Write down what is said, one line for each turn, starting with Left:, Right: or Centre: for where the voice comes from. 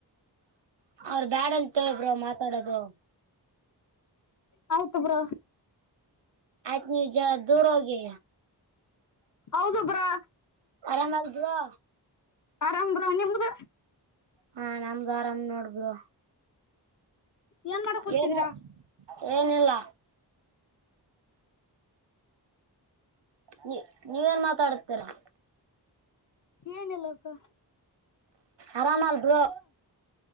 Right: ಅವ್ರ ಬ್ಯಾಡ ಅಂತೇಳಬ್ರರು ಮಾತಾಡೋದು
Left: ಹೌತಬ್ರ
Right: ಆಯ್ತ ನೀವು ಜ ದೂರ ಹೋಗಿ
Left: ಹೌದು ಬ್ರೋ
Right: ಆರಾಮಾಗ್ದವಾ
Left: ಆರಾಮ್್ರ ನಿಮದ
Right: ಹ ನಮ್ಗ ಆರಾಮ ನೋಡಬರು
Left: ಏನ್ ಮಾಡಕ್ ಕೂತಿದೀರಾ
Right: ಏನ ಏನಿಲ್ಲ. ನೀ ನೀವ ಏನ್ ಮಾತಾಡತೀರಾ
Left: ಏನಿಲ್ಲ ಅಕ್ಕಾ.
Right: ಆರಾಮ ಅಲ್ಲ ಬ್ರೋ.